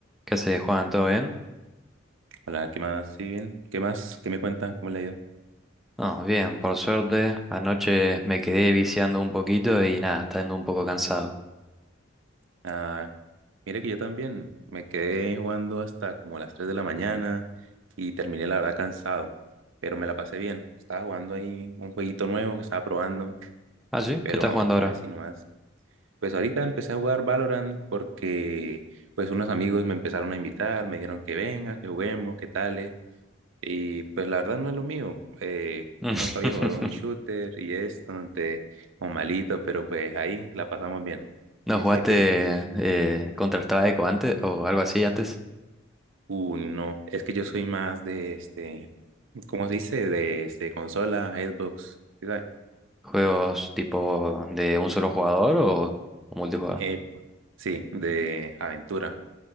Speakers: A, in the centre; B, on the right (about 70°).
A: ¿Qué haces, Juan? ¿Todo bien?
B: Hola, ¿qué más? ¿Sí, bien? ¿Qué más? ¿Qué me cuenta? ¿Cómo le ha ido?
A: No, bien, por suerte. Anoche me quedé viciando un poquito y nada, está yendo un poco cansado.
B: Ah, mire que yo también me quedé jugando hasta como las 3 de la mañana y terminé la verdad cansado, pero me la pasé bien. Estaba jugando ahí un jueguito nuevo que estaba probando,
A: Ah, sí,
B: pero
A: ¿qué estás jugando ahora?
B: así nomás. Pues ahorita empecé a jugar Valorant porque pues unos amigos me empezaron a invitar, me dijeron que venga, que juguemos, qué tal Y pues la verdad no es lo mío. eh,
A: <laughs>
B: nunca había jugado un shooter y esto, entonces, o malito, pero pues ahí la pasamos bien.
A: ¿No
B: Y
A: jugaste
B: sé que,
A: eh, Counter-Strike o antes o algo así antes?
B: uh, no, es que yo soy más de este, ¿cómo se dice? De este, consola, Xbox, ¿sí sabe?
A: ¿Juegos tipo de un solo jugador o, o multijugador?
B: Eh, sí, de aventura,